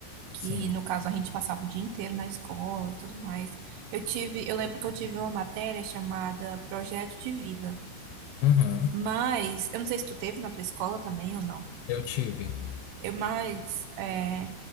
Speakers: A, on the right; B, on the left.
A: que
B: Sim.
A: no caso a gente passava o dia inteiro na escola e tudo mais. Eu tive, eu lembro que eu tive uma matéria chamada Projeto de Vida,
B: Uhum.
A: mas eu não sei se tu teve na tua escola também ou não.
B: Eu tive.
A: Eu, mas é,